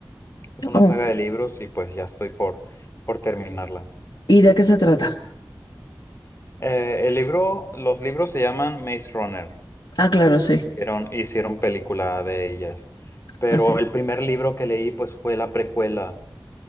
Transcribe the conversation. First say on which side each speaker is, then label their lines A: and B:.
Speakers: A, on the left (about 35°); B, on the left (about 80°).
A: es una
B: Oh,
A: saga de libros y pues ya estoy por, por terminarla.
B: ¿y de qué se trata?
A: Eh, el libro, los libros se llaman Maze Runner.
B: Ah, claro, sí,
A: Hicieron, hicieron película de ellas. Pero
B: así.
A: el primer libro que leí, pues, fue la precuela.